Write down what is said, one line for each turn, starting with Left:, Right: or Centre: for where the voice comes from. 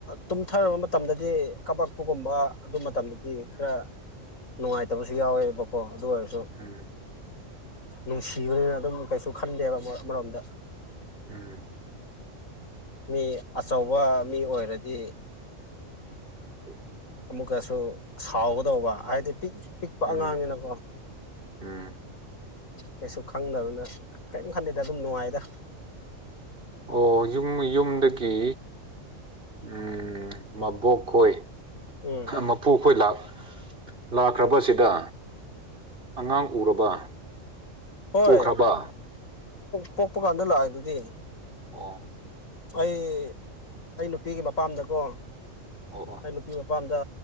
Left: ꯇꯨꯝꯊꯔꯕ ꯃꯇꯝꯗꯗꯤ ꯀꯕꯛ ꯑꯄꯒꯨꯝꯕ ꯑꯗꯨ ꯃꯇꯝꯗꯗꯤ ꯈꯔ ꯅꯨꯡꯉꯥꯏꯇꯕꯁꯨ ꯌꯥꯎꯋꯦꯕꯀꯣ ꯑꯗꯨ ꯑꯣꯏꯔꯁꯨ
Right: ꯎꯝ
Left: ꯅꯨꯡꯁꯤꯕꯅꯤꯅ ꯑꯗꯨꯝ ꯀꯩꯁꯨ ꯈꯟꯗꯦꯕ ꯑꯃꯔꯣꯝꯗ
Right: ꯎꯝ
Left: ꯃꯤ ꯑꯆꯧꯕ ꯃꯤ ꯑꯣꯏꯔꯗꯤ
Right: ꯎꯝ <inaudible>
Left: ꯑꯃꯨꯛꯀꯁꯨ ꯁꯥꯎꯒꯗꯧꯕ ꯍꯥꯏꯗꯤ ꯄꯤꯛꯏ ꯑꯄꯤꯤꯛꯄ ꯑꯉꯥꯡꯅꯤꯅꯀꯣ
Right: ꯎꯝ ꯎꯝ
Left: ꯀꯩꯁꯨ ꯈꯪꯗꯕꯅ ꯀꯔꯤꯝ ꯈꯜꯂꯤꯦꯗ ꯑꯗꯨꯝ ꯅꯨꯡꯉꯥꯏꯗ
Right: ꯑꯣ ꯌꯨꯝ ꯌꯨꯝꯗꯒꯤ ꯎꯝ ꯃꯕꯣꯛ ꯈꯣꯏ
Left: ꯎꯝ
Right: ꯃꯄꯨꯈꯣꯏ ꯂꯥ ꯂꯥꯛꯈ꯭ꯔꯕꯁꯤꯗ ꯑꯉꯥꯡ ꯎꯔꯕ
Left: ꯍꯣꯏ
Right: ꯎꯈ꯭ꯔꯕ
Left: ꯄꯣꯛꯄ ꯀꯥꯟꯗ ꯂꯥꯛꯑꯦ ꯑꯗꯨꯗꯤ
Right: ꯑꯣ
Left: ꯑꯩ ꯑꯩ ꯅꯨꯄꯤꯒꯤ ꯃꯄꯥꯝꯗꯀꯣ
Right: ꯑꯣ ꯑꯣ
Left: ꯑꯩ ꯅꯨꯄꯤ ꯃꯄꯥ ꯑꯄꯥꯝꯗ